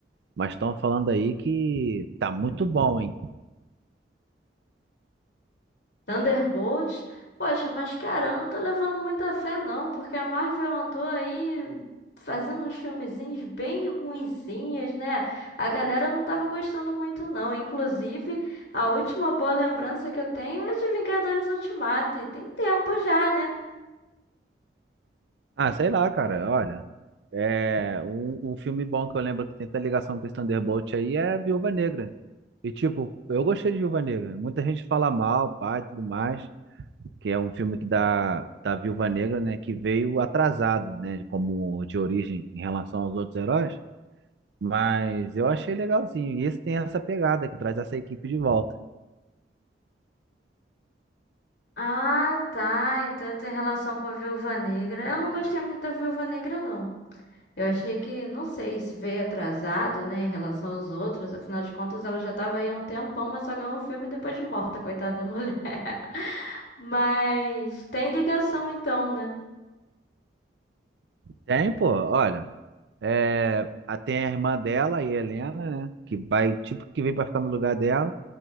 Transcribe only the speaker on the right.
Mas estão falando aí que tá muito bom, hein?
Ah, sei lá, cara. Olha, é um, um filme bom que eu lembro que tem até ligação com esse Thunderbolt aí é Viúva Negra. E tipo, eu gostei de Viúva Negra. Muita gente fala mal, pai, e tudo mais, que é um filme que da da Viúva Negra, né, que veio atrasado, né, como de origem em relação aos outros heróis. Mas eu achei legalzinho. E esse tem essa pegada que traz essa equipe de volta.
Tem, pô, olha. É, a- tem a irmã dela, a Helena, né? Que vai, tipo, que vem pra ficar no lugar dela.